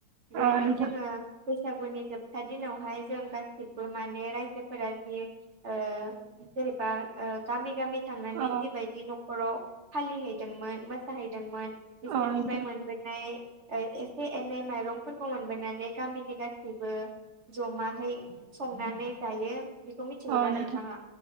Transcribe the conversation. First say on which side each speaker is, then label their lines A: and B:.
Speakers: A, on the right; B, on the right.
A: जेरैहाय
B: अ नोंथां
A: जोङो बैसागुनि जोबथा दिनावहाय जों गासिबो माने राय जोफोरा जियो ओ जेनेबा ओ गामि गामि थांनानै
B: अ
A: जिबायदि न'खराव फालिहैदोंमोन मोसाहैदोंमोन बिसोरनिफ्राय
B: अ नोंथां
A: मोनबोनाय ओइ एसे एनै माइरंफोरखौ मोनबोनानै गामिनि गासैबो जमाहै संनानै जायो। बेखौ मिथिगौ
B: अ
A: दा
B: नोंथां
A: नोंथाङा